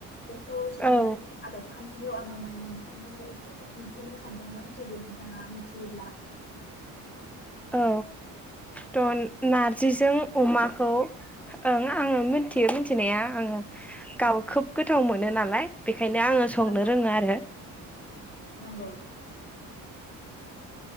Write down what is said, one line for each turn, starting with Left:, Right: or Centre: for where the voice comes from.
Left: बेखौ संनायनि
Centre: औ
Left: आदब खान्थिखौ आङो माने नोंथांनिफ्राय एसे मिथिनो सानदोंमोन जुदि नोंथाङा मिथियोब्ला
Centre: औ त' नारजिजों अमाखौ ओं आङो मिथियो मिथिनाया आङो गाव खोब गोथाव मोनो नालाय। बेखायनो आङो संनो
Left: नंगौ
Centre: रोङो आरो
Left: नंगौ